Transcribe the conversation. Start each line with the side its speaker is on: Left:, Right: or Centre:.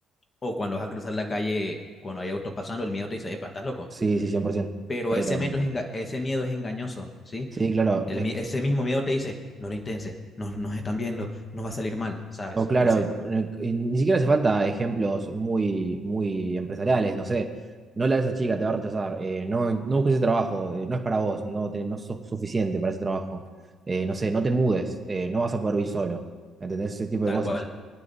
Left: o cuando vas a cruzar la calle cuando hay autos pasando, el miedo te dice, epa, estás loco.
Right: Sí, sí, 100%.
Left: Pero
Right: Pero,
Left: ese, meto es enga- ese miedo es engañoso, ¿sí?
Right: sí, claro.
Left: El,
Right: es
Left: mi-
Right: que-
Left: ese mismo miedo te dice, no lo intenses, nos, nos están viendo, no va a salir mal, ¿sabes?
Right: o claro,
Left: Entonces,
Right: eh, y ni siquiera hace falta ejemplos muy, muy empresariales. No sé, no la de esa chica, te va a rechazar. eh, no, no busques ese trabajo, eh, no es para vos, no, te- no sos suficiente para ese trabajo. eh, no sé, no te mudes, eh, no vas a poder vivir solo. ¿Entendés? Ese tipo
Left: tal
Right: de cosas.
Left: cual.